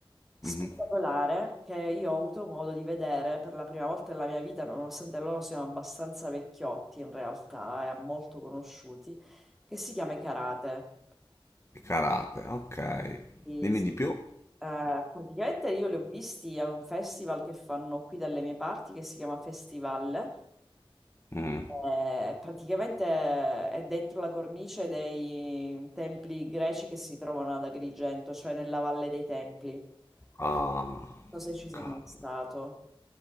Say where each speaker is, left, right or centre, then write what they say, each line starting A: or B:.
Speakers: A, in the centre; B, on the left (about 30°).
A: spettacolare
B: mhm.
A: che io ho avuto modo di vedere per la prima volta nella mia vita, nonostante loro siano abbastanza vecchiotti in realtà e molto conosciuti, che si chiama I Karate.
B: Karate, ok.
A: Sì,
B: Dimmi
A: sì.
B: di più.
A: Eh, praticamente io li ho visti a un festival che fanno qui dalle mie parti che si chiama Festival.
B: Mhm.
A: Eh, praticamente è dentro la cornice dei templi greci che si trovano ad Agrigento, cioè nella Valle dei Templi. Non
B: Ah,
A: so se ci sei
B: cavolo.
A: mai stato.